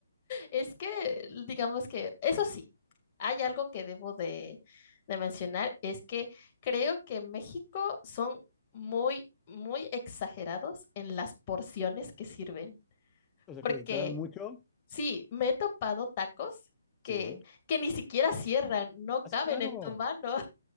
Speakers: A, on the left; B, on the left.
A: Es que, digamos que, eso sí, hay algo que debo de, de mencionar, es que creo que en México son muy, muy exagerados en las porciones que sirven.
B: O sea,
A: Porque
B: que te dan mucho.
A: sí, me he topado tacos que,
B: Sí.
A: que ni siquiera cierran, no
B: Así,
A: caben
B: claro.
A: en tu mano.